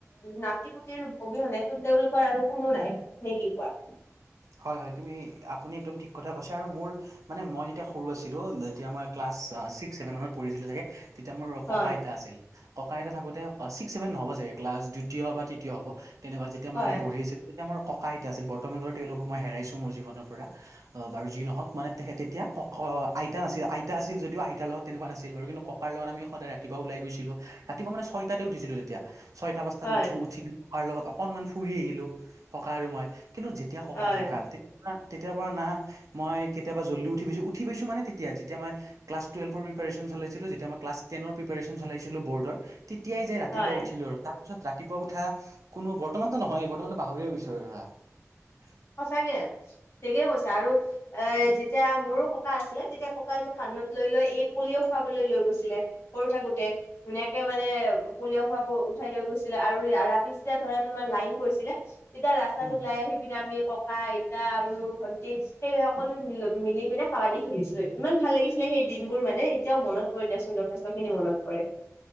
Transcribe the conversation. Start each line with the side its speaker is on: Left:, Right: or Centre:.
Left: না নাতি পুতিটোৰ অবিহনেটোন তেওঁলোকৰ আৰু কোনো নাই, নেকি কোৱা?
Right: হয়-হয়, তুমি আপুনি একম ঠিক কথা কৈছা, আৰু মোৰ মানে মই যেতিয়া সৰু আছিলোঁ যেতিয়া মই ক্লাছ ছা-ছিক্স ছেভেন মানত পঢ়িছিলো চাগে, তেতিয়া মোৰ
Left: হয়
Right: ককা এটা আছিল। ককা আইতা থাকোঁতে, ছিক্স ছেভেন নহব চাগে ক্লাছ দ্বিতীয় বা তৃতীয় হব তেনেকুৱা যেতিয়া মই
Left: হয়,
Right: পঢ়িছিলোঁ তেতিয়া মোৰ ককা আইতা আছিল বৰ্তমানৰ তেওঁলোকক মই হেৰাইছো মোৰ জীৱনৰ পৰা। অ', বাৰু যি নহওঁক মানে তেখ-তেতিয়া ক-ক আইতা নাছিল আইতা আছিল যদিও আইতাৰ লগত তেনেকুৱা নাছিল বাৰু, কিন্তু ককাৰ লগত আমি সদায় ৰাতিপুৱা ওলাই গৈছিলোঁ, ৰাতিপুৱা মানে ছয়টাতে উঠিছিলো তেতিয়া। ছয়তা পাঁচটাত
Left: হয়,
Right: উঠো, উঠি কিনি ককাৰ লগত অকনমান ফুৰি আহিলোঁ ককা আৰু মই, কিন্তু যেত তিয়া ককা
Left: হয়,
Right: ঢুকাল <unintelligible> তেতিয়াপা না মই কেতিয়াবা জল্দি উঠিপাইছোঁ উঠিপাইছোঁ মানে তেতিয়া যেতিয়া মই ক্লাছ টোৱেল্ভৰ প্ৰিপাৰেচন চলা ছিলো যেতিয়া মই ক্লাছ টেনৰ প্ৰিপাৰেচন চলাইছিলো বৰ্ডৰ তি তিয়াই যে ৰাতিপুৱা
Left: হয়,
Right: উঠিলোঁ আৰু, তাৰ পিছত ৰাতিপুৱা উঠা কোনো বৰ্তমানতো নহয়ে বৰ্তমানতো পাহৰিয়েই গৈছোঁ আৰু ধৰা। নমস্কাৰ
Left: সঁচাকে ঠিকেই কৈছা আৰু এ, যেতিয়া মোৰো ককা আছিলে তেতিয়া ককাই মোক কান্ধত লৈ-লৈ এ পলিঅ খুৱাবলৈলৈ গৈছিলে সৰু থাকোঁতে, ধুনীয়াকে মানে পলিঅ' খুৱাব উঠাই লৈ গৈছিলে আৰু ৰা-ৰাতি যেতিয়া ধৰা তোমাৰ লাইন গৈছিলে, তেতিয়া ৰাস্তত
Right: উম,
Left: ওলাই আহি পিনে আমি ককা, আইতা আৰু মোৰ ভন্টি সেই সকলো মি-মিলি পিনে কাবাডী খেলিছিলোঁ। ইমান ভাল লাগিছিলে সেই দিনবোৰ মানে এতিয়াও মনত পৰে দিয়াচোন যথেষ্ট খিনি মনত পৰে।